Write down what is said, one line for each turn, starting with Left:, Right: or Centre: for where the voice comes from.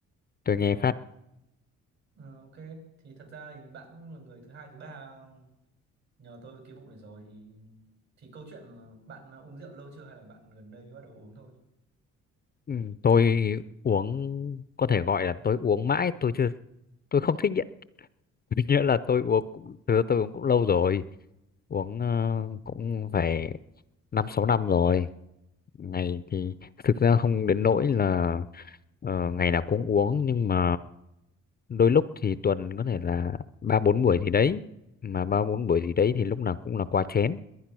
Left: tôi nghe
Right: Ờ,
Left: phát.
Right: ờ, ok thì thật ra thì bạn cũng là người thứ hai thứ ba nhờ tôi về cái vụ này rồi thì thì câu chuyện là bạn đã uống rượu lâu chưa hay là bạn gần đây bắt đầu uống thôi
Left: Ừ, tôi uống có thể gọi là tôi uống mãi tôi chưa tôi không thích nghiện <laughs> nghĩa là tôi uống cũng thực tôi uống cũng lâu rồi uống ờ, cũng phải năm sáu năm rồi ngày thì thực ra không đến nỗi là ờ, ngày nào cũng uống nhưng mà đôi lúc thì tuần có thể là ba bốn buổi gì đấy mà ba bốn buổi gì đấy thì lúc nào cũng là quá chén